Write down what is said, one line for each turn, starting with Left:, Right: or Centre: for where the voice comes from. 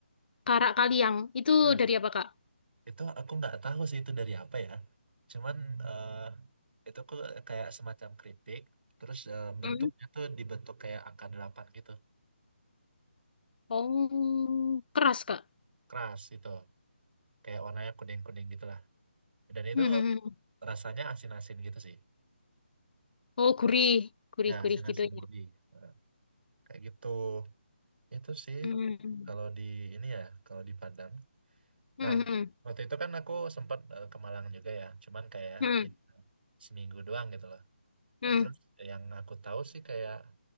Left: Karak kaliang. Itu
Right: Nah,
Left: dari apa Kak?
Right: itu aku nggak tahu sih itu dari apa ya cuman eh, itu kok kayak semacam keripik terus eh, bentuknya
Left: Mm.
Right: tuh dibentuk kayak angka delapan gitu
Left: Oh keras Kak.
Right: keras itu kayak warnanya kuning kuning gitulah dan itu
Left: Mm-mm.
Right: rasanya asin asin gitu sih
Left: Oh gurih. Gurih-gurih
Right: ya asin asin
Left: gitu ya.
Right: gurih Eh, kayak gitu itu sih
Left: Mm.
Right: kalau di ini ya kalau di Padang
Left: Mm-mm.
Right: nah waktu itu kan aku sempat eh, ke Malang juga ya cuman kayak
Left: Mm. Hmm.
Right: ya,
Left: mm
Right: seminggu doang gitu loh
Left: mm
Right: dan terus yang aku tahu sih kayak